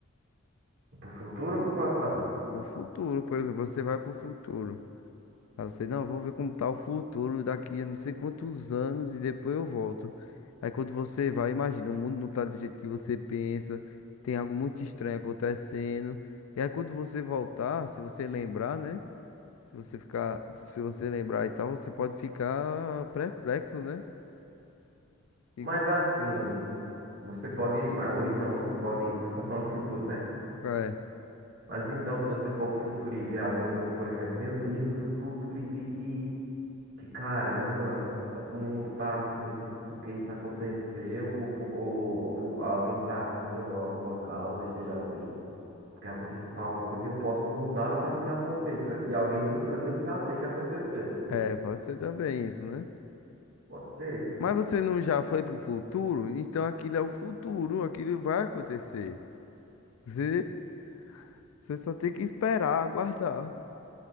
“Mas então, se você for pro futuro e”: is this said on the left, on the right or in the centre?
Right